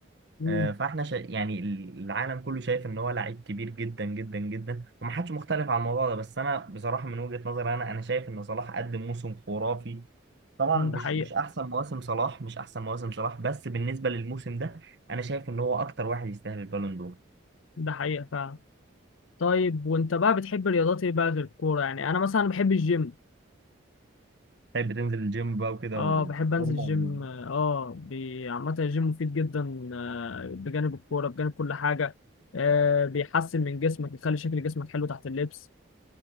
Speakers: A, on the left; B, on the right.
A: امم
B: آه، فاحنا شا... يعني العالم كله شايف ان هو لعيب كبير جدا جدا جدا ومحدش مختلف على الموضوع ده بس انا بصراحة من وجهة نظري انا انا شايف ان صلاح قدم موسم خرافي طبعا
A: ده
B: مش
A: حقيقة
B: مش احسن مواسم صلاح مش احسن مواسم صلاح بس بالنسبه للموسم ده انا شايف ان هو اكتر واحد يستاهل البالون دور
A: ده حقيقة فعلا طيب وانت بقى بتحب الرياضات ايه بقى غير الكورة يعني انا مثلا بحب الجيم
B: طيب بتنزل الجيم بقى وكده
A: اه
B: وفورمه
A: بحب انزل الجيم
B: و...
A: اه بي- عامة الجيم مفيد جدا آه، بجانب الكورة بجانب كل حاجة آه بيحسن من جسمك يخلي شكل جسمك حلو تحت اللبس